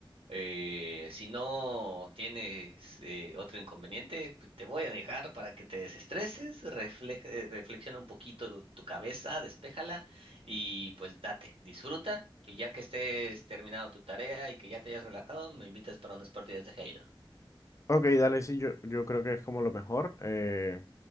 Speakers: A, on the right; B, on the left.
A: eh, si no tienes eh, otro inconveniente, pues, te voy a dejar para que te desestreses, refleje- eh, reflexiona un poquito tu, tu cabeza, despéjala y pues date, disfruta y ya que estés terminado tu tarea y que ya te hayas relajado, me invitas para unas partidas de Halo.
B: Ok, dale, sí, yo, yo creo que es como lo mejor. eh,